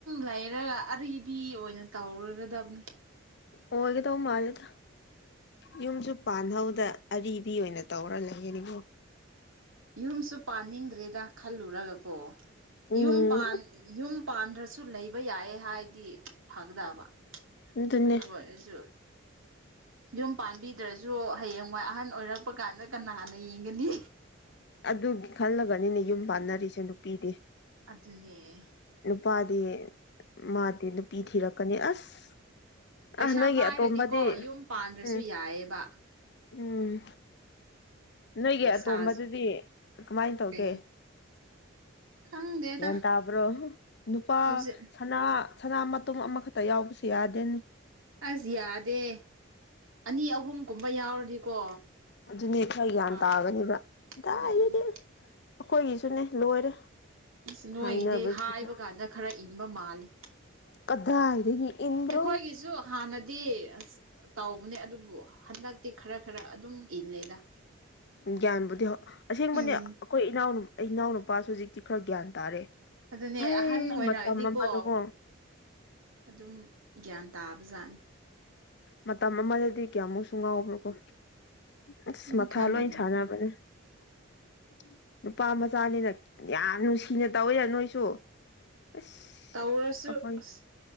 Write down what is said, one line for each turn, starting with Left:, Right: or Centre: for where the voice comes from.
Right: ꯂꯩꯔꯒ ꯑꯔꯤꯕꯤ ꯑꯣꯏꯅ ꯇꯧꯔꯨꯒꯗꯕꯅꯤ꯫
Left: ꯑꯣꯏꯒꯗꯧꯕ ꯃꯥꯜꯂꯦꯗ ꯌꯨꯝꯁꯨ
Right: ꯎꯝ
Left: ꯄꯥꯟꯍꯧꯗꯦ꯫
Right: ꯎꯝ
Left: ꯑꯔꯤꯕꯤ ꯑꯣꯏꯅ ꯇꯧꯔ ꯂꯩꯔꯅꯤꯀꫭ꯫
Right: ꯌꯨꯝꯁꯨ ꯄꯥꯅꯤꯡꯗ꯭ꯔꯦꯗ ꯈꯜꯂꯨꯔꯒꯀꯣ
Left: ꯎꯝ
Right: ꯌꯨꯝ ꯄꯥꯟ ꯌꯨꯝ ꯄꯥꯟꯗ꯭ꯔꯁꯨ ꯂꯩꯕ ꯌꯥꯏꯌꯦ ꯍꯥꯏꯗꯤ ꯐꯒꯗꯕ
Left: ꯑꯗꯨꯅꯦ
Right: ꯑꯗꯨꯕꯨ ꯑꯩꯁꯨ ꯌꯨꯝ ꯄꯥꯟꯕꯤꯗ꯭ꯔꯁꯨ ꯍꯌꯦꯡꯋꯥꯏ ꯑꯍꯟ ꯑꯣꯏꯔꯛꯄ ꯀꯥꯟꯗ ꯀꯅꯥꯅ ꯌꯦꯡꯒꯅꯤ꯫
Left: ꯑꯗꯨꯒꯤ ꯈꯜꯂꯒꯅꯤꯅꯦ ꯌꯨꯝ ꯄꯥꯟꯅꯔꯤꯁꯦ ꯅꯨꯄꯤꯗꯤ꯫
Right: ꯑꯗꯨꯅꯦ꯫
Left: ꯅꯨꯄꯥꯗꯤ ꯃꯥꯗꯤ ꯅꯨꯄꯤ ꯊꯤꯔꯛꯀꯅꯤ ꯑꯁ꯫
Right: ꯄꯩꯁꯥ
Left: ꯑ ꯅꯣꯏꯒꯤ
Right: ꯄꯥꯏꯔꯗꯤꯀꯣ
Left: ꯑꯇꯣꯝꯕꯗꯤ
Right: ꯌꯨꯝ ꯄꯥꯟꯗ꯭ꯔꯁꯨ
Left: ꯎꯝ
Right: ꯌꯥꯏꯑꯦꯕ꯫
Left: ꯎꯝ ꯅꯣꯏꯒꯤ
Right: ꯄꯩꯁꯥꯁꯨ
Left: ꯑꯇꯣꯝꯕꯗꯨꯗꯤ ꯀꯃꯥꯏꯅ ꯇꯧꯒꯦ꯫
Right: ꯀꯩ ꯈꯪꯗꯦꯗ
Left: ꯒ꯭ꯌꯥꯟ ꯇꯕ꯭ꯔꯣ ꯅꯨꯄꯥ
Right: ꯍꯧꯖꯤꯛ
Left: ꯁꯅꯥ ꯁꯅꯥ ꯃꯇꯨꯝ ꯑꯃꯈꯛꯇ ꯌꯥꯎꯕꯁꯦ ꯌꯥꯗꯦꯅꯦ꯫
Right: ꯑꯁ ꯌꯥꯗꯦ ꯑꯅꯤ ꯑꯍꯨꯝꯒꯨꯝꯕ ꯌꯥꯎꯔꯗꯤꯀꯣ꯫
Left: ꯑꯗꯨꯅꯦ ꯈꯔ ꯒ꯭ꯌꯥꯟ
Right: ꯐꯕ
Left: ꯇꯥꯒꯅꯤꯕ ꯀꯗꯥꯏꯗꯒꯤ
Right: ꯎꯝ
Left: ꯑꯩꯈꯣꯏꯒꯤꯁꯨꯅꯦ ꯂꯣꯏꯔꯦ꯫
Right: ꯑꯁ ꯅꯣꯏꯒꯤꯗꯤ
Left: ꯍꯥꯏꯅꯕꯁꯤꯅ
Right: ꯍꯥꯏꯕ ꯀꯥꯟꯗ ꯈꯔ ꯏꯟꯕ ꯃꯥꯜꯂꯤ꯫
Left: ꯀꯗꯥꯏꯗꯒꯤ꯫ ꯏꯟꯕ꯭ꯔꯣ
Right: ꯑꯩꯈꯣꯏꯒꯤꯁꯨ ꯍꯥꯟꯅꯗꯤ ꯑꯁ ꯇꯧꯕꯅꯦ ꯑꯗꯨꯕꯨ ꯍꯟꯗꯛꯇꯤ ꯈꯔ ꯈꯔ ꯑꯗꯨꯝ ꯏꯜꯂꯦꯗ꯫
Left: ꯒ꯭ꯌꯥꯟꯕꯨꯗꯤ ꯍꫭ ꯑꯁꯦꯡꯕꯅꯦ
Right: ꯎꯝ
Left: ꯑꯩꯈꯣꯏ ꯏꯅꯥꯎ ꯏꯅꯥꯎꯅꯨꯄꯥꯁꯨ ꯍꯧꯖꯤꯛꯇꯤ ꯈꯔ ꯒ꯭ꯌꯥꯟ ꯇꯥꯔꯦ꯫
Right: ꯑꯗꯨꯅꯦ
Left: ꯑꯩ
Right: ꯑꯍꯟ ꯑꯣꯏꯔꯛꯑꯗꯤꯀꯣ
Left: ꯃꯇꯝ ꯑꯃꯗꯀꯣ
Right: ꯑꯗꯨꯝ ꯒ꯭ꯌꯥꯟ ꯇꯥꯕꯖꯥꯠꯅꯤ꯫
Left: ꯃꯇꯝ ꯑꯃꯗꯗꯤ ꯀꯌꯥꯃꯨꯛꯁꯨ ꯉꯥꯎꯕ꯭ꯔꯣꯀꯣ ꯑꯁ
Right: ꯎꯝ
Left: ꯃꯊꯥ
Right: ꯈꯪꯗꯦ
Left: ꯂꯣꯏ ꯁꯥꯟꯅꯕꯅꯦ <unintelligible> ꯅꯨꯄꯥ ꯃꯆꯥꯅꯤꯅ ꯌꯥꯝ ꯅꯨꯡꯁꯤꯅ ꯇꯧꯋꯤꯅ ꯅꯣꯏꯁꯨ ꯑꯁ
Right: ꯇꯧꯔꯁꯨ
Left: ꯑꯩꯈꯣꯏ
Right: ꯑꯁ